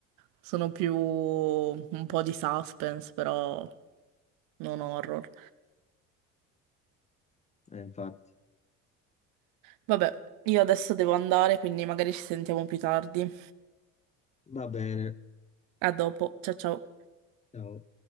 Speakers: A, on the right; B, on the left.
A: sono più un po' di suspense, però non horror.
B: Eh, infatti,
A: Vabbè, io adesso devo andare, quindi magari ci sentiamo più tardi.
B: va bene,
A: A dopo, ciao ciao.
B: ciao.